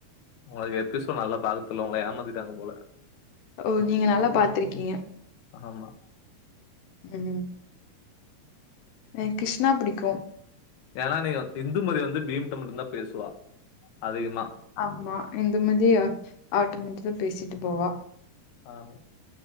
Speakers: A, on the left (about 65°); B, on the left (about 85°).
A: உங்களுக்கு எப்பிசோடு நல்லா பாக்க தெரியல உங்கள ஏமாதிட்டாங்க போல
B: ஓ நீங்க நல்லா பாத்திருக்கீங்க
A: ஆமா
B: ம் ஏ கிருஷ்ணா பிடிக்கு
A: ஏனா நீங்க இந்துமதி வந்து பீம்ட்ட மட்டு தா பேசுவா அதிகமா
B: ஆமா இந்துமதி அவுற்ட்ட மட்டு தா பேசிட்டு போவா
A: ஆமா